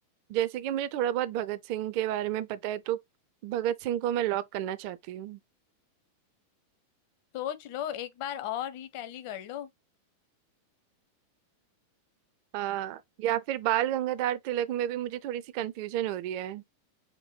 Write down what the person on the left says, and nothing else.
सोच लो एक बार और रीटैली कर लो